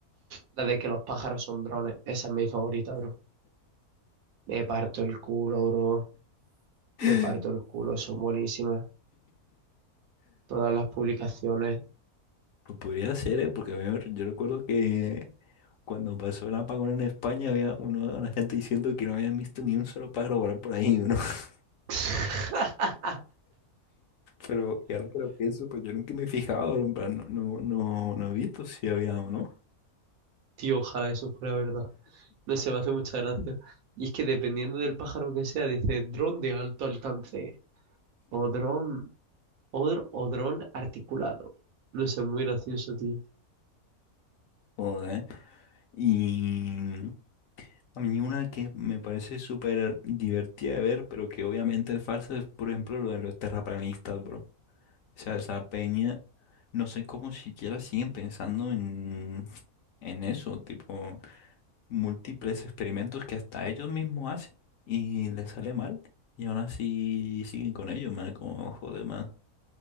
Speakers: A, on the right; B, on the left.
A: la de que los pájaros son drones. Esa es mi favorita, bro. Me parto el culo, bro.
B: <laughs>
A: Me parto el culo, son buenísimas. Todas las publicaciones.
B: Pues podría ser, ¿eh? Porque a mí, me- yo recuerdo que cuando pasó el apagón en España había uno, una gente diciendo que no habían visto ni un solo pájaro volar por ahí, ¿no? <laughs>
A: <laughs>
B: Pero y ahora que lo pienso, pues yo nunca me he fijado, en plan, no, no, no, no he visto si había o no.
A: Tío, ojalá eso fuera verdad. No sé, me hace mucha gracia.
B: Mm.
A: Y es que dependiendo del pájaro que sea, dice dron de alto alcance o dron o, dr- o dron articulado. No sé, muy gracioso, tío.
B: Joder. Y a mí una que me parece súper divertida de ver, pero que obviamente es falsa, es por ejemplo lo de los terraplanistas, bro. O sea, esa peña, no sé cómo siquiera siguen pensando en, en eso, tipo, múltiples experimentos que hasta ellos mismos hacen y les sale mal. Y aún así siguen con ellos, man, como joder, man.